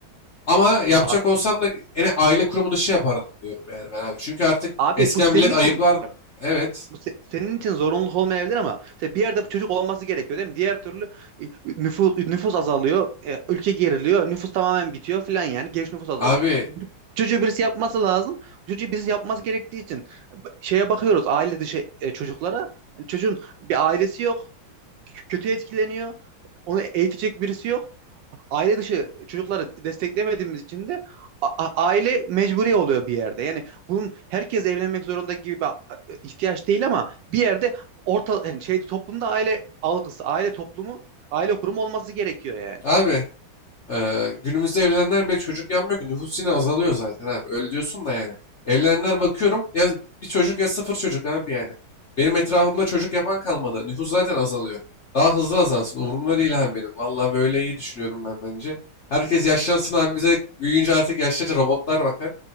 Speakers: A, on the left; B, on the right.
A: Ama yapacak
B: Abi,
A: olsam da yine aile kurumu dışı yapardım diyorum yani ben abi. Çünkü artık
B: abi
A: eskiden
B: bu senin
A: millet
B: için.
A: ayıplardı. Evet.
B: bu se- senin için zorunluluk olmayabilir ama mesela bir yerde bu çocuk olması gerekiyor değil mi? Diğer türlü e, nüfus nüfus azalıyor, e, ülke geriliyor, nüfus tamamen bitiyor falan yani genç nüfus azalıyor.
A: Abi,
B: Bu Çocuğu birisi yapması lazım. Bu Çocuğu birisi yapması gerektiği için b- şeye bakıyoruz aile dışı e, çocuklara. Yani çocuğun bir ailesi yok, k- kötü etkileniyor, onu eğitecek birisi yok. Aile dışı çocukları desteklemediğimiz için de a- a- aile mecburi oluyor bir yerde. Yani bunun herkes evlenmek zorunda gibi bir ihtiyaç değil ama bir yerde orta yani şeyde toplumda aile algısı, aile toplumu, aile kurumu olması gerekiyor yani.
A: abi Ee, günümüzde evlenenler bile çocuk yapmıyor ki. Nüfus yine azalıyor zaten abi. Öyle diyorsun da yani. Evlenenler bakıyorum ya bir çocuk ya sıfır çocuk abi yani. Benim etrafımda çocuk yapan kalmadı. Nüfus zaten azalıyor. Daha hızlı azalsın. Umurumda değil abi benim. valla böyle iyi düşünüyorum ben bence. Herkes yaşlansın abi bize büyüyünce artık yaşlıca robotlar bakar.